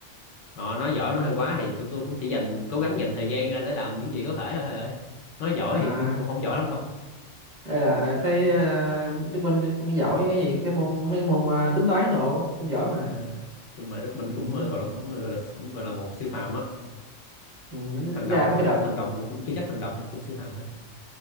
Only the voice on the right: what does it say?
à
đây là à, thấy à, Đức Minh cũng giỏi cái gì cái môn mấy cái môn à, tính toán đồ cũng giỏi mà
ừ.
Ừ, tính
tính
ra mấy cái đợt
mình